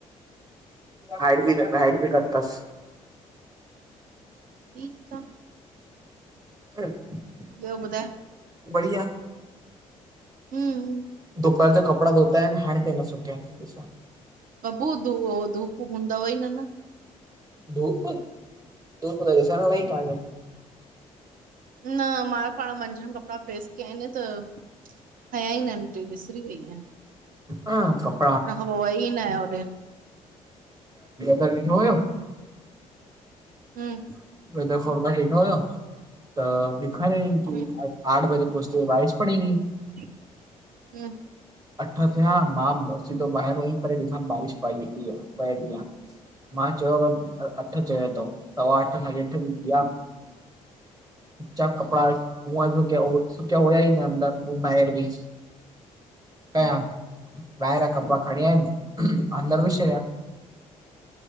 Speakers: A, on the right (about 20°); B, on the right (about 50°).
A: हाइट बि न, हाइट बि घट थस।
B: ठीकु आ।
A: ह <inaudible>
B: ॿियो ॿुधाए
A: बढ़िया
B: हम
A: दुपहर जो कपड़ा धोता आहिन, हाणे तांई न सुकिया आहिन ॾिसो।
B: बबू दो अं धुप हूंदव ई न, न।
A: धूप! धूप त ॾिसण लाइ ई कान्हे।
B: न मां पाण मंझिन कपिड़ा प्रेस कया आहिन, त खंया ई नं पई, विसरी वई आं।
A: हा <unintelligible>
B: तैं खां पो वई ही न आहियां होॾे।
A: त ठो वयो <unintelligible>
B: हम <unintelligible>
A: वर फोरा वेठो हुयो त ॾखारियो <unintelligible>
B: हम
A: आठ बजे पहुछते बारिश पड़ेंगी <unintelligible>
B: <inaudible>
A: अठ थिया, मां सिधो ॿाहिर हुअम पर ॾिसां बारिश प‌ए थी या प‌ए थी या? मां चयो अठ चए तो, सवा अठ- साॾी अठ थी व्या। उचा कपड़ा सुकिया हुया ई न, अंदर अउं ॿाहिर भी।
B: हम
A: ॿाहि‌रियां कपड़ा खणी आयुम, अंंदर विझी सॾया।